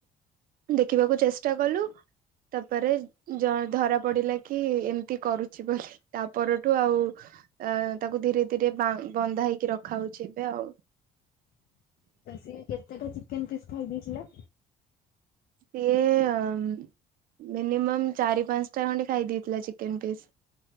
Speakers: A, on the right; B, on the left.
A: ଦେଖିବାକୁ ଚେଷ୍ଟା କଲୁ ତାପରେ ଜ- ଧରା ପଡିଲା କି ଏମିତି କରୁଛି ବୋଲି। ତା ପରଠୁ ଆଉ ଅ, ତାକୁ ଧୀରେ ଧୀରେ ବା ବନ୍ଧା ହେଇକି ରଖା ହଉଛି ଏବେ ଆଉ।
B: ସିଏ କେତେଟା ଚିକେନ୍ ପିସ୍ ଖାଇ ଦେଇଥିଲା?
A: ସିଏ ଅମ୍ ମିନିମମ୍ ଚାରି ପାନ୍ସଟା ଖଣ୍ଡେ ଖାଇ ଦେଇଥିଲା ଚିକେନ୍ ପିସ୍।